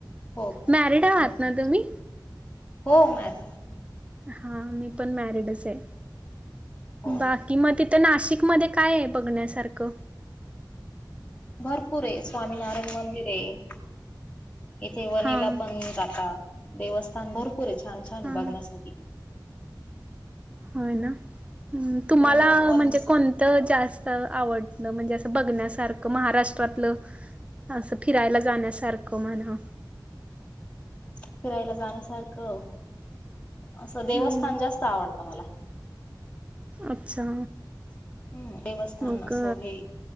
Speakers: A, on the left (about 15°); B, on the right (about 15°).
A: हो हो
B: मॅरिड आहात
A: हो
B: ना तुम्ही?
A: हो म
B: हा मी पण मॅरिडच आहे
A: हो
B: बाकी
A: ना.
B: मग तिथं नाशिक म काय आहे बघण्यासारखं
A: भरपूर आहे स्वामीनारायण मंदिर आहे इथे वनीला
B: हा
A: पण जाता देवस्थान भरपूर पुरे छान छान
B: हा.
A: बघण्यासाठी
B: होय ना तुम्हाला
A: हो वणीच
B: म्हणजे कोण. जास्त आवडलं म्हणजे असं बघण्यासारखं महाराष्ट्रातलं असं फिरायला जाण्यासारखं म्हणा.
A: फिरायला जाण्यासारखं असं देवस्थानं
B: हम्म
A: जास्त आवडतं मला
B: अच्छा.
A: हम्म देवस्थान
B: मग
A: असो हे